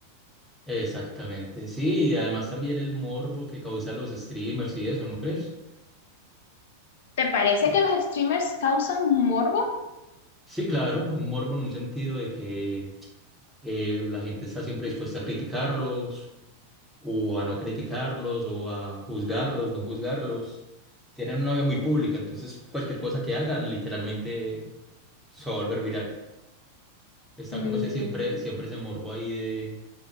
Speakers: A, in the centre; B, on the left.
A: Exactamente, sí, y además también el morbo que causa los streamers y eso, ¿no crees?
B: ¿Te parece
A: Por-
B: que los streamers causan morbo?
A: Sí, claro, un morbo en un sentido de que eh, la gente está siempre dispuesta a criticarlos o a no criticarlos o a juzgarlos, no juzgarlos. Tienen una vida muy pública, entonces cualquier cosa que hagan literalmente se va a volver viral. Está
B: Mm,
A: como ese siempre, siempre ese morbo ahí de,